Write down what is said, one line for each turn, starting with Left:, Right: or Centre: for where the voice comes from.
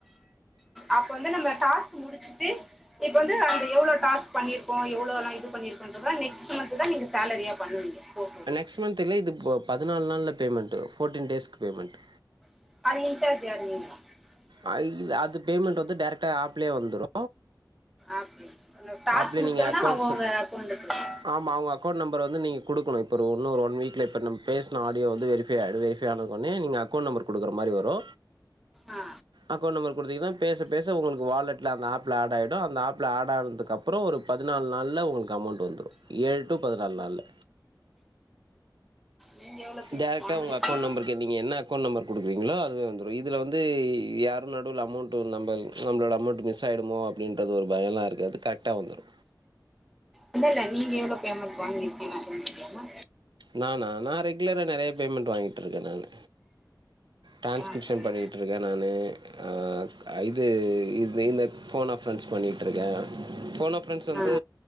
Centre: அப்ப வந்து நம்ம டாஸ்க் முடிச்சுட்டு இப்ப வந்து அந்த எவ்வளோ டாஸ் பண்ணிருக்கோ எவ்ளோலா இது பண்ணிருக்கோன்ற நெக்ஸ்ட் மந்த் தா நீங்க சேலரியா பண்ணுவீங்க போட்டுருவீங்க
Right: நெக்ஸ்ட் மந்த் இல்ல இது இப்போ பதினாலு நாள்ல் பேமெண்ட்டு ஃபோர்டீன் டேஸ்கு பேமெண்ட்டு
Centre: <unintelligible>
Right: ஆ இல்ல அது பேமெண்ட்டு வந்து டைரெக்ட்டா அப்லே வந்துரு
Centre: அப்படி டாஸ்க்
Right: அப்டி
Centre: முடிச்சோன்னா
Right: நீங்க அக்கௌண்ட்
Centre: அவங்கவுங்க அக்கௌண்ட்டுக்கு ஆ
Right: ஆமா அவங்க அக்கௌண்ட் நம்பர் வந்து நீங்க குடுக்கணு இப்ப இன்னு ஒரு ஒன் வீக்ல இப்ப பேசின ஆடியோ வந்து வெரிஃபை ஆயிடு வெரிஃபை ஆனது உடனே நீங்க அக்கௌண்ட் நம்பர் குடுக்குற மாரி வரு
Centre: ஆ ஆ
Right: அக்கௌண்ட் நம்பர் குடுத்தீங்கன்னா பேச பேச உங்களுக்கு வாலெட்ல அந்த அப்ல அட் ஆய்டு அந்த அப்ல அட் ஆனதுக்குக்கப் அப்றோ ஒரு பதுனாலு நாள்ல உங்களுக்கு அமௌண்ட் வந்துரு ஏழு டூ பதுனாலு நாள்ல
Centre: நீங்கள் எவ்வளோ பே
Right: டரெக்ட்டா
Centre: வாங்கியிருக்கீங்க
Right: ஒங்க அக்கௌன்ட் நம்பர்க்கே நீங்க என்ன அக்கௌன்ட் நம்பர் குடுக்குறீங்களோ அதுவே வந்துரு இதுல வந்து யாரு நடுவுல அமௌண்ட்டு நம்ம நம்மளோட அமௌண்ட் மிஸ் ஆய்டுமோ அப்டின்றது ஒரு பயோலா இருக்காது கர் ட்டா வந்துரு
Centre: இல்ல இல்ல நீங்க எவ்வளோ பேமெண்ட் வாங்கி இருக்கீங்கன் தெரிஞ்சிக்கலாமா
Right: நாண்ணா நா ரெகுலராக நெறைய பேமெண்ட் வாங்கிட்ருக்க நானு ட்ரன்ஸ்கிரிப்ஷன்
Centre: ஆ சரி
Right: பண்ணிட்ருக்க நானு ஆ இது இ இந்த ஃபோன் அஃப் பரன்ஸ் பண்ணிட்ருக்க ஃபோன் அ ஃப்ரென்ஸ் வந்து
Centre: ஆ